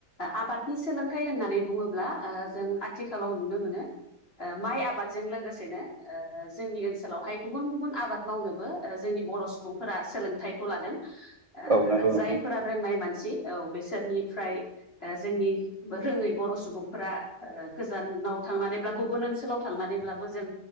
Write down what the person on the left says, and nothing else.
आबादनि सोलोंथाइ होननानै बुङोब्ला जों आथिखालाव नुनो मोन मोनो ओ माइ आबादजों लोगोसेनो ओ जोंनि ओनसोलावहाय गुबुन गुबुन आबाद मावनोबो ओ जोंनि नि बर' सुबुंफोरा सोलोंथाइखौ लादों। ओ
जायफोरा
रोंनाय मान सि औ बेसोरनिफ्राय ओ जोंनि रोङै बर' सुबुंफोरा ओ गोजान नाव थांनानैब्लाबो गुबुन ओनसोलाव थांनानैब्लाबो जों